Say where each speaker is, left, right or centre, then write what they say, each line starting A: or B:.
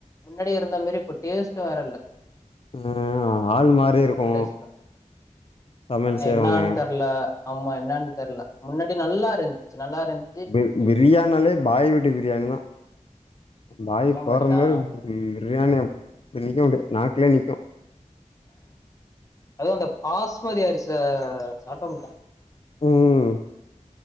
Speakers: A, on the left (about 25°); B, on the left (about 45°).
A: முன்னாடி இருந்த மாரி இப்போ டேஸ்ட் வேற இல்ல
B: அ ஆள் மாரி இருக்கும்
A: அலோ டெஸ்பா
B: சமையல்
A: ஆ
B: செய்றவங்க.
A: என்னானு தெர்ல ஆமா என்னான் தெர்ல முன்னாடி நல்லாருஞ்சு நல்லாருந்
B: பி பிரியாணாலே பாய் வீட்டு பிரியாணிதா பாய்
A: வா
B: போர்ற
A: மச்சா
B: மாரி ம் பிரியாணி அப் இத்தனைக்கு அப்டே நாக்லியே நிக்கு
A: அதுவு அந்த பாஸ்மதி அரிசே சாப்ட்டே மச்சா
B: ம்